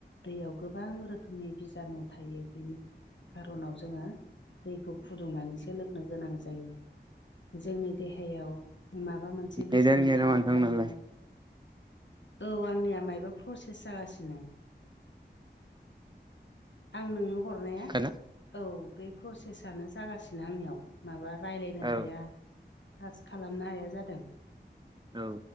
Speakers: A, on the left; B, on the right.
A: दैयाव गोबां रोखोमनि बिजानु थायो बेनि खार'नाव जोङो। दैखौ फुदुंनानैसो लोंनो गोनां जायो जोंनि देहायाव माबा मोनसे
B: नेदानो
A: बिजानु
B: गैया नामा
A: थाङोब्लानो
B: नोंथां नालाय
A: औ आंनिया मायबा प्रसेस जागासिनो आं नोंनो हरनाया
B: औ
A: औ बे प्रसेसानो जागासिनो आंनियाव माबा रायलायनो
B: औ
A: हाया तास्क खालामनो हाया जादों
B: औ